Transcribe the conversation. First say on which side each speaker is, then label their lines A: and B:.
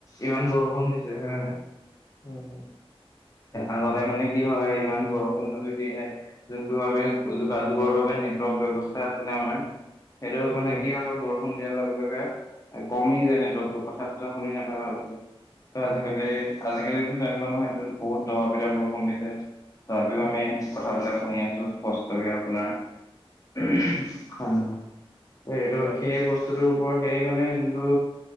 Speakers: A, on the left (about 35°); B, on the left (about 80°).
A: ইমান বৰষুণ দিছে হয়নে নাই।
B: হয় হয়
A: আগতে মানে কি হয় ইমান বৰষুণ যদিহে যোনটো আমি যোগাযোগৰ বাবে। নেটৱৰ্ক ব্যৱস্থা আছিলে আমাৰ সেইটো মানে
B: হয়
A: কি হল দিয়াৰ লগে লগে কমি যায় নেটৱৰ্কটো কথা চথা শুনি নাপায় ভালকে। ত
B: হয়
A: আজিকালি আজিকালিটো তেনেকুৱা নহয় বহুত দবা পিতা বৰষুণ দিছে। তথাপিও
B: হয়
A: আমি কথাবিলাক শুনি আছো স্পষ্টকে আপোনাৰ। উমহ্‌ হেল্ল এইটো
B: হয়
A: খে বছ স্তুটো ওপৰত হেই মানে যোনটো,